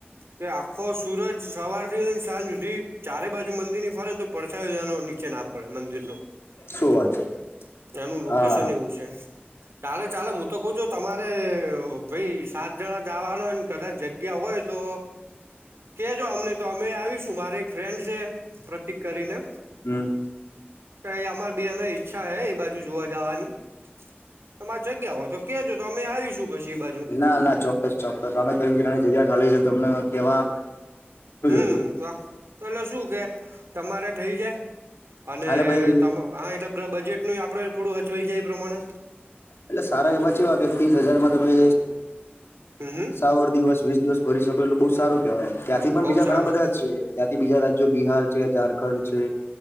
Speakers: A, on the right; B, on the left.
A: કે આખો સુરજ સવાર થી લઈ ને, સાંજ સુધી ચારે બાજુ મંદિર ની ફરે તો પડે. અછાજ નીચે ના પડે મંદિર નુ
B: શું વાત છે
A: એનું લોકેશન
B: હા
A: એવું છે. ચાલે, ચાલે, હું તો કું છું, તમારે ભાઈ સાત જણા જવાના હોય ને, કદાચ જગ્યા હોય. તો કેજો અમને તો અમે આવીશું, મારે એક ફ્રેન્ડ છે, પ્રતિક કરીને.
B: હમ.
A: તો અમાર બેને ઈચ્છા હૈ, એ બાજુ જોવા જવાની. તમારે જગ્યા હો તો કેજો, તો અમે આવીશું પછી બાજુ.
B: ના, ના, ચોક્કસ, ચોક્કસ. અમે ત નાની જગ્યા ખાલી છે તમને કેવા. શું
A: હમ,
B: જ હતું
A: પેલે શું કે તમારે થઈ જાય. અને
B: હાલે ભાઈ
A: હા, એટલે બજેટ નું આપણે થોડું હચવાઈ જાય, એ પ્રમાણે
B: એટલે સારા એ માંચવા કે, ત્રીસ હજારમાં તમે
A: હમ હમ
B: સાવર દિવસ વીસ. દિવસ ભરી શકો, એટલે બહઉ શું કેવાય? ત્યાંથી પણ
A: બઉ
B: બીજા
A: સારું
B: ઘણા બધા જ છે. ત્યાંથી બીજા રાજ્યો બિહાર છે, ઝારખંડ છે,